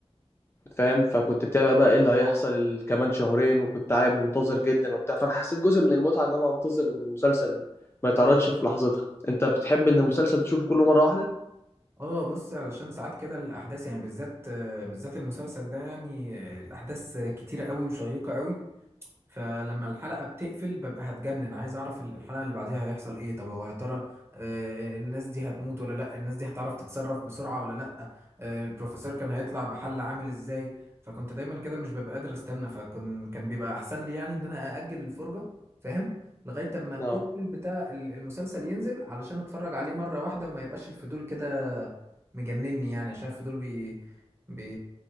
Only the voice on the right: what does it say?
اه بص علشان ساعات كده الاحداث يعني بالذات آه، بالذات المسلسل ده يعني آه، الاحداث كتيره قوي وشيقه قوي فلما الحلقة بتقفل ببقى هتجنن عايز اعرف ال- الحلقة اللي بعديها هيحصل ايه طب هو يا ترى آه، الناس دي هتموت ولا لا الناس دي هتعرف تتصرف بسرعة ولا لا آه، البروفيسور كان هيطلع بحل عامل ازاي فكنت دايما كده مش ببقى قادر استنى فكان كان بيبقى احسن لي يعني ان انا ااجل الفرجة فاهم لغاية اما كل
البتاع ال- المسلسل ينزل علشان اتفرج عليه مرة واحدة وما يبقاش الفضول كده مجنني يعني عشان الفضول بي بي